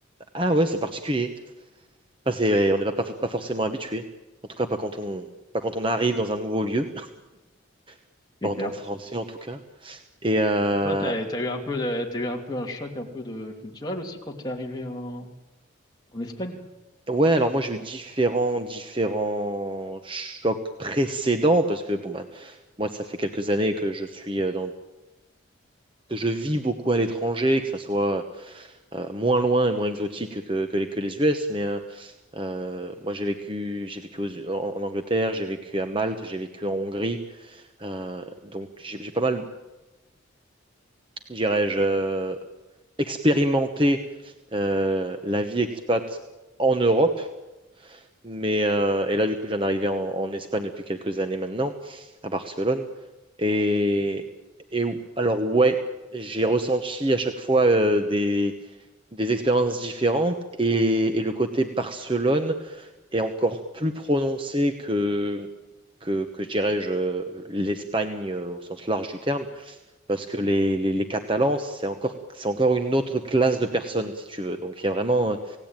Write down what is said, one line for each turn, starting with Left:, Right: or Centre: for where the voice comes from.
Right: ah ouais c'est particulier Enfin, c'est ouais, on n'est pas, pas pas forcément habitué en tout cas pas quand on pas quand on arrive dans un nouveau lieu <laughs>
Left: C'est
Right: pas
Left: clair.
Right: en tant que Français en tout cas et euh,
Left: Et toi, t'as, t'as eu un peu, de- t'as eu un peu un choc un peu de culturel aussi quand t'es arrivé en, en Espagne?
Right: Ouais, alors moi j'ai eu différents, différents chocs précédents parce que bon bah, moi ça fait quelques années que je suis euh, dans, que je vis beaucoup à l'étranger, que ça soit euh, moins loin et moins exotique que, que les, que les US, mais euh, euh, moi j'ai vécu, j'ai vécu aux- en, en Angleterre, j'ai vécu à Malte, j'ai vécu en Hongrie, euh, donc j'ai j'ai pas mal, dirais-je, euh, expérimenté euh, la vie expat en Europe. Mais, euh, et là, du coup, j'en arrivais en, en Espagne depuis quelques années maintenant, à Barcelone. Et, et ou- alors, ouais, j'ai ressenti à chaque fois euh, des, des expériences différentes et, et le côté Barcelone est encore plus prononcé que, que, que je dirais-je, euh, l'Espagne euh, au sens large du terme, parce que les, les, les Catalans, c'est encore, c'est encore une autre classe de personnes, si tu veux. Donc, il y a vraiment